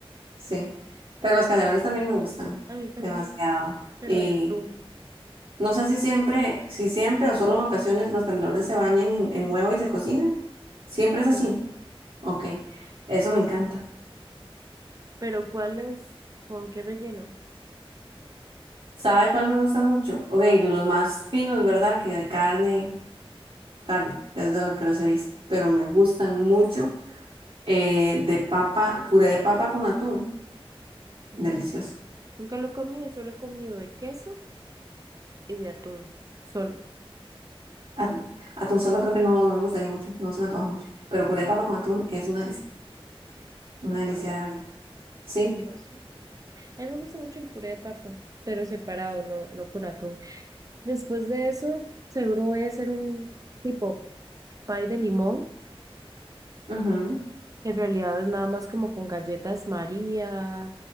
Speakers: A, on the right (about 60°); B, on the right (about 35°).
A: sí. Pero los canelones también me gustan
B: A mí también,
A: demasiado.
B: pero
A: Y
B: de atún,
A: no sé si siempre, si siempre o solo en ocasiones los canelones se bañan en, en huevo y se cocinan. Siempre
B: siempre.
A: es así. Ok, eso me encanta.
B: Pero ¿cuál es? ¿Con qué relleno?
A: ¿Sabe cuál me gusta mucho? Ok, los más finos, ¿verdad? Que de carne, carne, es de los que los he visto, pero me gustan mucho eh, de papa, puré de papa con atún,
B: Ujú.
A: delicioso.
B: Nunca lo he comido, solo he comido de queso y de atún, solo.
A: Atún, atún solo creo que no, no me gustaría mucho, no se me antoja mucho, pero puré de papa con atún es una delicia, una
B: Ajá,
A: delicia de verdad. Sí,
B: curioso. A mí me gusta mucho el puré de papa, pero separado, no, no con atún. Después de eso, seguro voy a hacer un tipo pie de limón,
A: ujú,
B: que en realidad es nada más como con galletas María,